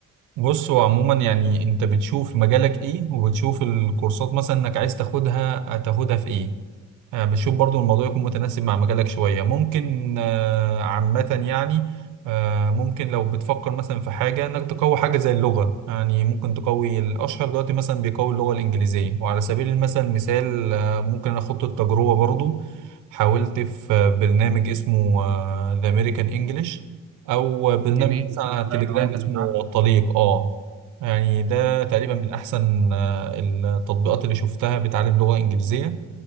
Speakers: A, on the right; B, on the right.
A: بص هو عموما يعني انت بتشوف مجالك ايه وبتشوف الكورسات مثلا انك عايز تاخدها هتاخدها في ايه آه، بتشوف برضو الموضوع يكون متناسب مع مجالك شوية ممكن آه، عامة يعني آه، ممكن لو بتفكر مثلا في حاجة انك تقوي حاجة زي اللغة يعني ممكن تقوي الأشهر دلوقتي مثلا بيقوي اللغة الإنجليزية وعلى سبيل المثل مثال آه، ممكن أنا أخد التجربة برضو حاولت في آه، برنامج اسمه آه، The American English أو برنامج
B: جميل
A: مثلا
B: استاذ
A: على
B: ابراهيم
A: تليجرام
B: عادل
A: اسمه
B: انا عارف
A: الطليق اه يعني ده تقريبا من أحسن آه، التطبيقات اللي شفتها بتعلم لغة إنجليزية